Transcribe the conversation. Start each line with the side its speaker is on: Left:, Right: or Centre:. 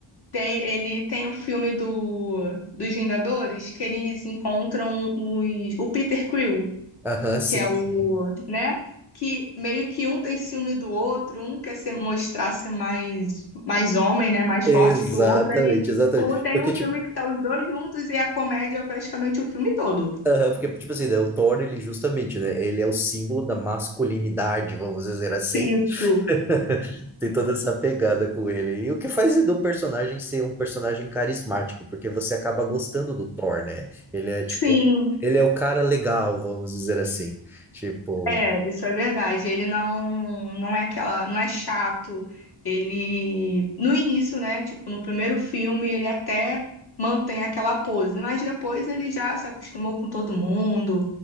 Left: Tem, ele tem o filme do, dos Vingadores, que eles encontram os, o Peter Quill,
Centre: Aham, sim,
Left: que é
Centre: sim.
Left: o, né? Que meio que um tem ciúme do outro, um quer se mostrar ser mais, mais homem, né? Mais
Centre: Exatamente,
Left: forte que o outro. Aí,
Centre: exatamente.
Left: ou tem
Centre: Porque,
Left: um filme
Centre: tipo,
Left: que tá os dois juntos e a comédia é praticamente o filme todo.
Centre: aham, porque, tipo assim, né, o Thor, ele justamente, né? Ele é o símbolo da masculinidade, vamos dizer assim.
Left: Isso.
Centre: <laughs> Tem toda essa pegada com ele. E o que faz do personagem ser um personagem carismático, porque você acaba gostando do Thor, né? Ele é tipo,
Left: Sim.
Centre: ele é o cara legal, vamos dizer assim. Tipo,
Left: É, isso é verdade. Ele não não é aquela, não é chato. Ele no início, né, tipo, no primeiro filme, ele até mantém aquela pose, mas depois ele já se acostumou com todo mundo,